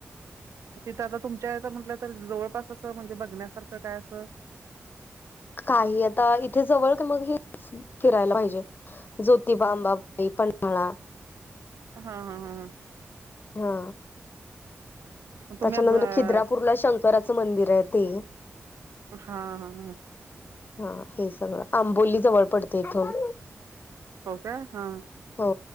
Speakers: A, on the right; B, on the left.
A: तिथं आता तुमच्या इथं म्हटलं तर जवळपास असं म्हणजे बघण्यासारखं काय असं
B: काही आता इथे जवळ क मग हे फिरायला पाहिजे ज्योतीबा अंबाबाई मळा
A: हा हा हा हा
B: हा
A: तुम्ही
B: त्याच्या
A: हा
B: नंतर खिद्रापूरला शंकराचं मंदिर आहे ते
A: हा हा
B: हा हे सगळं आंबोली जवळ पडते इथून
A: हो का हा
B: हो